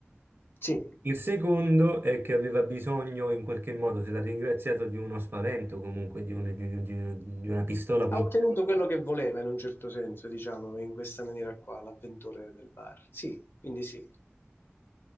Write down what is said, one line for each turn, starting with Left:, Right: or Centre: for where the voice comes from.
Left: Sì,
Right: Il secondo è che aveva bisogno, in qualche modo, se l'ha ringraziato, di uno spavento, comunque di, un- di un- di un- di una pistola puntata.
Left: ha ottenuto quello che voleva in un certo senso, diciamo, in questa maniera qua, l'avventore del bar. Sì, quindi sì.